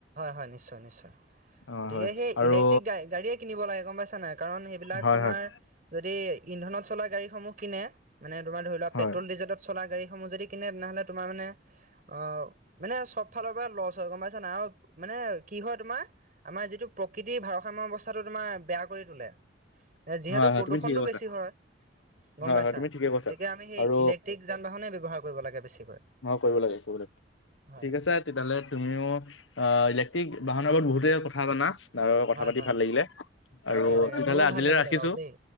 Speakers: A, on the right (about 45°); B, on the left (about 90°).
A: হয় নিশ্চয় নিশ্চয়।
B: অ',
A: গতিকে
B: হয়
A: সেই
B: আৰু
A: ইলেক্ট্ৰিক গাড়ীয়ে কিনিব লাগে গম পাইছা নাই। কাৰণ সেইবিলাক
B: হয়,
A: তোমাৰ
B: হয়,
A: যদি ইন্ধনত চলা গাড়ীসমূহ কিনে। মানে তোমাৰ ধৰি লোৱা
B: হয়,
A: পেট্ৰল ডিজেলত চলা গাড়ীসমূহ যদি কিনে তেনেহ'লে তোমাৰ মানে অ' মানে চব ফালৰ পৰা লছ হয় গম পাইছেনে আৰু মানে কি হয় তোমাৰ আমাৰ যিটো প্ৰকৃতিৰ ভাৰসাম্য অৱস্থাটো তোমাৰ বেয়া কৰি তোলে। যিহেতু
B: হয়, হয়,
A: প্ৰদূষণটো
B: তুমি ঠিকে কৈছা।
A: বেছি হয়। গম
B: হয়,
A: পাইছা?
B: হয়, তুমি ঠিকে কৈছা
A: গতিকে আমি সেই
B: আৰু
A: ইলেক্ট্ৰিক যান-বাহনে ব্যৱহাৰ কৰিব লাগে বেছিকৈ।
B: কৰিব লাগে, কৰিব লাগে।
A: হয়।
B: ঠিক আছে তেতিয়াহ'লে তুমিও অ' ইলেক্ট্ৰিক বাহনৰ ওপৰত বহুতে কথা জানা? আৰু কথা
A: হয়
B: পাতি
A: হয়
B: ভাল লাগিলে। আৰু
A: তাকে তাকে
B: তেতিয়াহ'লে
A: মোৰো
B: আজিলৈ
A: ভাল লাগিলে
B: ৰাখিছোঁ।
A: বাৰু দেই।